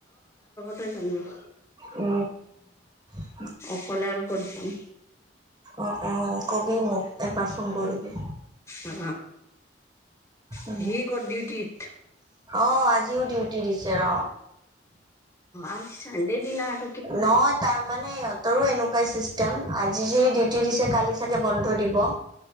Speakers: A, on the left; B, on the right.
A: থিক আছে যাম ৰখ।
B: উ <unintelligible>
A: অকলে আৰু ক'ত যাম?
B: অ-অ ক'বি মোক একবাৰ ফোন কৰিবি।
A: অ
B: উ
A: সি ক'ত ডিউটিত
B: অ আজিও ডিউটি দিছে ৰ।
A: আজি ছানদে দিনাৰ
B: নহয় তাৰমানে তৰো এনেকুৱাই ছিষ্টেম। আজি যদি ডিউটি দিছে, কালি চাগে বন্ধ দিব।